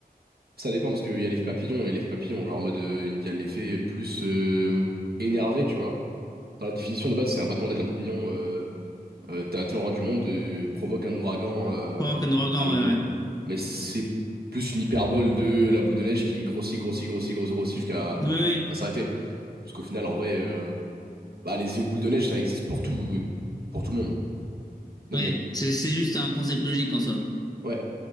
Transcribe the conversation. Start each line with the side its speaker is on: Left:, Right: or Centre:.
Right: ça dépend, parce qu'il y a l'effet papillon et l'effet papillon, genre en mode, euh, il y a l'effet plus euh, énervé, tu vois. Dans la définition de base, c'est un battement d'aile d'un papillon euh, Euh, t'as t'as le roi du monde euh, provoque un ouragan euh,
Left: Pas avoir qu'un ouragan,
Right: à l'objet.
Left: ouais, ouais.
Right: Mais c'est plus une hyperbole de la boule de neige qui grossit, grossit, grossit, grossit, grossit jusqu'à
Left: Ouais, ouais.
Right: à s'arrêter. Parce qu'au final, en vrai, euh, bah, les effets boules de neige, ça existe pour tout et pour tout le monde. Donc
Left: Ouais.
Right: bon,
Left: C'est c'est juste un concept logique en soi.
Right: ouais.